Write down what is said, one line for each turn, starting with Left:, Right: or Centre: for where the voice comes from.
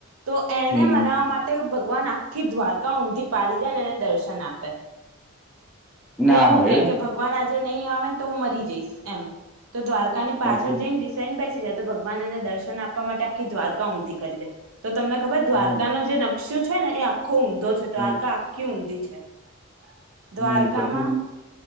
Right: તો એને
Centre: હમ
Right: મનાવા માટે ભગવાન આખી દ્વારકા ઊંધી પાડી દેન એને દર્શન આપે.
Centre: ના
Right: એ એવું
Centre: હોય
Right: કે કે ભગવાન આજે જે નહી આવે ને તો હું મરી જઈશ એમ. તો દ્વારકાની પાછળ
Centre: પછી
Right: જઈને રિસાઇન બે સી જાય તો ભગવાન એને દર્શન આપવા માટે આખી દ્વારકા ઊંધી કરી દે. તો તમને ખબર દ્વારકાનો
Centre: હમ
Right: જે ન પક્ષ છે ને એ આખો ઊંધો છે
Centre: હમ
Right: દ્વારકા આખી ઊંધી છે. છે. દ્વારકામાં
Centre: હમ પછી